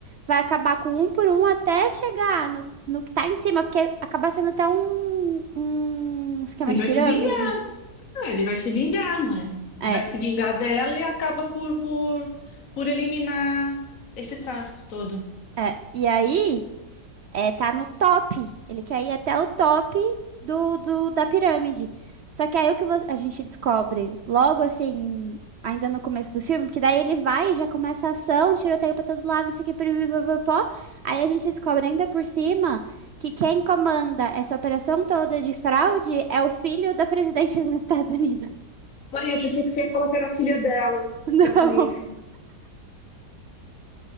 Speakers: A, on the right (about 75°); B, on the left (about 55°).
A: vai acabar com um por um até chegar no, no que tá em cima, porque acaba sendo até um, um esquema
B: Ele
A: de
B: vai
A: pirâmide.
B: se vingar, né? ele vai se vingar, mãe.
A: É,
B: Ele vai se vingar dela e acaba por, por, por eliminar esse tráfico todo.
A: é. E aí. é, tá no top. Ele quer ir até o top do, do- da pirâmide. Só que aí o que vo- a gente descobre logo assim, ainda no começo do filme, porque daí ele vai e já começa a ação, tiroteio pra todo lado, não sei o que, pipipipopopó. Aí a gente descobre ainda por cima que quem comanda essa operação toda de fraude é o filho da presidente dos Estados Unidos.
B: Aí eu pensei que você ia falar que era a filha dela,
A: <laughs> Não.
B: da polícia.